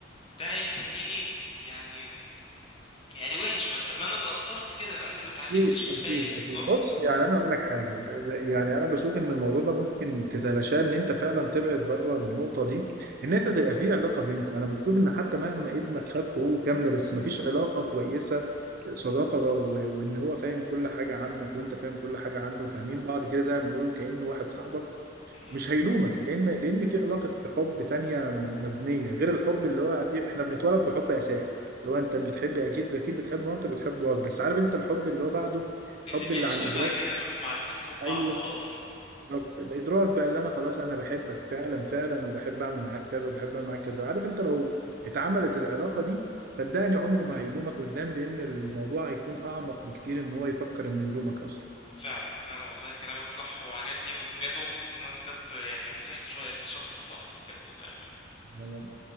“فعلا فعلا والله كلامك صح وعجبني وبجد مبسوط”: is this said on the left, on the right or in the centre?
Left